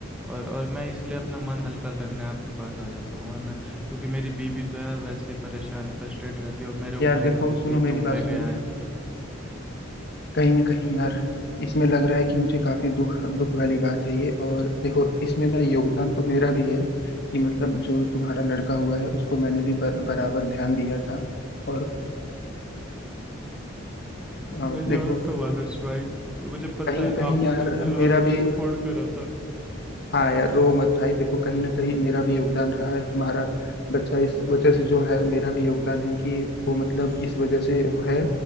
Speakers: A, in the centre; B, on the left.
A: और और मैं इसलिए अपना मन हल्का करने आपके पास आ जाता हूँ और मैं क्योंकि मेरी बीवी तो यार वैसे ही परेशान फ्रस्ट्रेट रहती है और मेरे ऊपर
B: यार देखो
A: ही डाल देती
B: सुनो
A: है
B: मेरी
A: तुम पे
B: बात सुनो
A: गया है
B: कहीं ना कहीं यार इसमें लग रहा है कि मुझे काफी दुख दुख वाली बात है ये और देखो इसमें ना योगदान तो मेरा भी है कि मतलब जो तुम्हारा लड़का हुआ है उसको मैंने भी बर, बराबर ध्यान दिया था और और
A: मैं
B: देखो
A: जानता हूँ आदर्श भाई मुझे पता
B: कहीं ना
A: है
B: कहीं
A: आपने
B: यार
A: मुझे मेरा
B: मेरा
A: हर वक्त
B: भी
A: सपोर्ट करा था
B: हाँ यार रो मत भाई देखो कहीं ना कहीं मेरा भी योगदान रहा है तुम्हारा बच्चा इस वजह से जो है मेरा भी योगदान है कि वो मतलब इस वजह से है